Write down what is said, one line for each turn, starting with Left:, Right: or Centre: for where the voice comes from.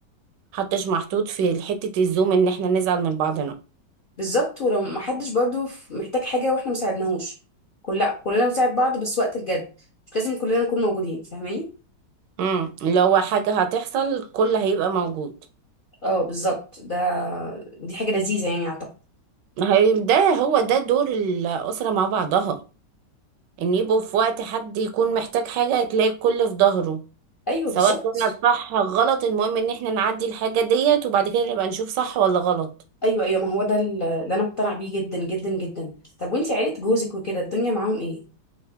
Right: حتش محطوط في حتة الزوم إن إحنا نزعل من بعضنا
Left: بالظبط ولو محدش برضو في- محتاج حاجة واحنا مساعدناهوش كل لا كلنا بنساعد بعض بس وقت الجد مش لازم كلنا نكون موجودين فاهماني
Right: امم لو حاجة هتحصل كل هيبقى موجود
Left: اه بالظبط ده دي حاجة لذيذة يعني اعتقد
Right: هي- ده هو ده دور الأسرة مع بعضها إن يبقوا في وقت حد يكون محتاج حاجة تلاقي الكل في ظهره
Left: ايوه
Right: سواء
Left: بالظبط
Right: كنا صح غلط المهم ان احنا نعدي الحاجة ديت وبعد كده نبقى نشوف صح ولا غلط
Left: ايوه ايوه ما هو ده ال- اللي انا مقتنعة بيه جدا جدا جدا طب وانتي عيلة جوزك وكده الدنيا معاهم ايه